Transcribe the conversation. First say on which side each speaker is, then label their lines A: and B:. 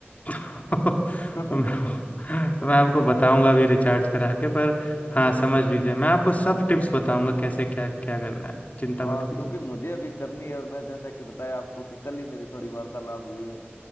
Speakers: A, on the left; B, on the left.
A: <laughs> तो
B: <laughs>
A: मैं तो मैं आपको बताऊंगा अभी रिचार्ज करा के पर हाँ समझ लीजिए मैं आपको सब टिप्स बताऊंगा कैसे क्या क्या करना है चिंता
B: हाँ
A: मत कीजिए
B: क्योंकि मुझे अभी करनी है और मैं जैसा कि बताया आपको कि कल ही मेरी थोड़ी वार्तालाप हुई है